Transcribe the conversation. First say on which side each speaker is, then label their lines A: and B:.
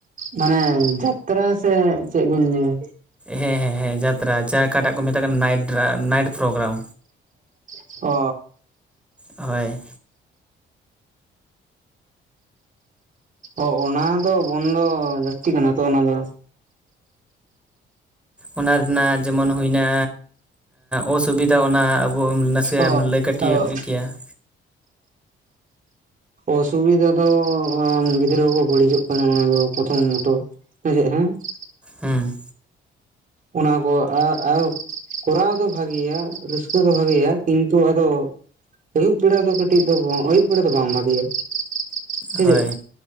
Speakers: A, on the right; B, in the centre.
A: ᱢᱟᱱᱮ ᱡᱟᱛᱨᱟ ᱥᱮ ᱪᱮᱫ ᱵᱤᱱ ᱞᱟᱹᱭᱫᱟ
B: ᱦᱮᱸ ᱦᱮᱸ ᱦᱮᱸ ᱡᱟᱛᱨᱟ ᱡᱟᱦᱟᱸ ᱚᱠᱟᱴᱟᱜ ᱠᱚ ᱢᱮᱛᱟᱜ ᱠᱟᱱᱟ ᱱᱟᱭᱤᱴ ᱱᱟᱭᱤᱴ ᱯᱨᱳᱜᱨᱟᱢ
A: ᱴᱪ <unintelligible> ᱚ
B: ᱦᱳᱭ
A: ᱚ ᱚᱱᱟ ᱫᱚ ᱵᱚᱱᱫᱚ ᱞᱟᱹᱠᱛᱤ ᱠᱟᱱᱟ ᱛᱚ ᱚᱱᱟ ᱫᱚ᱾
B: ᱚᱱᱟ ᱨᱮᱱᱟᱜ ᱡᱮᱢᱚᱱ ᱦᱩᱭᱱᱟ ᱚᱥᱩᱵᱤᱫᱷᱟ ᱚᱱᱟ ᱾ ᱟᱵᱚ ᱱᱟᱥᱮᱭᱟᱜ
A: ᱚ
B: ᱮᱢ ᱞᱟᱹᱭ ᱠᱟᱹᱴᱤᱡᱮᱢ ᱠᱮᱭᱟ ᱾
A: ᱚᱥᱩᱵᱤᱫᱟ ᱫᱚ ᱜᱤᱫᱽᱨᱟᱹ ᱠᱚ ᱵᱟᱹᱲᱤᱡᱚᱜ ᱠᱟᱱᱟ ᱾ ᱚᱱᱟ ᱫᱚ ᱯᱨᱚᱛᱷᱚᱢ ᱢᱚᱛᱚ᱾ ᱦᱮᱸ ᱥᱮᱪ ᱦᱮᱸ᱾ <unintelligible>
B: ᱦᱮᱸ
A: ᱚᱱᱟ ᱠᱚ <unintelligible> ᱠᱚᱨᱟᱣ ᱫᱚ ᱵᱷᱟᱜᱮᱭᱟ ᱨᱟᱹᱥᱠᱟᱹ ᱫᱚ ᱵᱷᱟᱜᱮᱭᱟ ᱠᱤᱱᱛᱩ ᱟᱫᱚ ᱟᱹᱭᱩᱵ ᱵᱮᱲᱟ ᱫᱚ ᱠᱟᱹᱴᱤᱡ ᱫᱚ, ᱟᱹᱭᱩᱵ ᱵᱮᱲᱟ ᱫᱚ ᱵᱟᱝ ᱵᱷᱟᱹᱜᱮᱭᱟ ᱾ ᱥᱮ
B: ᱦᱳᱭ
A: ᱪᱮᱫ?